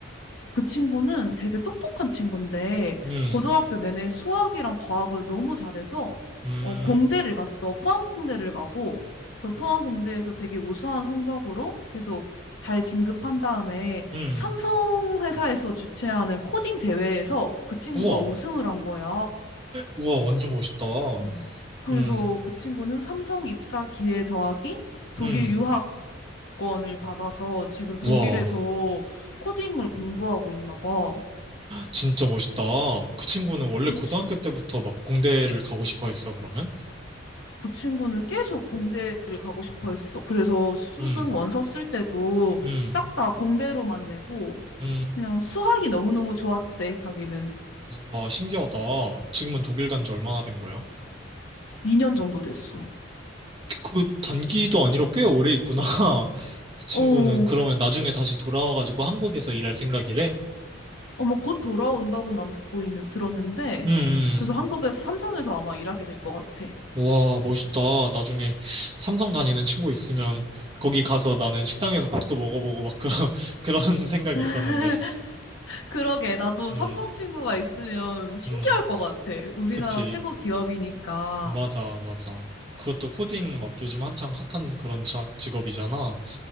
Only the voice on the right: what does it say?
음,
음,
음,
음.
우와,
우와, 완전 멋있다.
음,
음.
우와,
진짜 멋있다. 그 친구는 원래
고등학교 때부터 막 공대를 가고 싶어 했어, 그러면?
음,
음,
음.
우와, 신기하다. 지금은 독일 간지 얼마나 된 거야?
그 단기도 아니라 꽤 오래 있구나. <laughs> 그 친구는
그러면
나중에 다시 돌아와가지고 한국에서 일할 생각이래?
음, 음.
우와, 멋있다. 나중에 삼성 다니는 친구 있으면 거기 가서 나는 식당에서 밥도 먹어보고 막 그런, <laughs> 그런 생각이
있었는데.
음,
음,
그치.
맞아, 맞아. 그것도 코딩 막 요즘 한창 핫한 그런 자- 직업이잖아.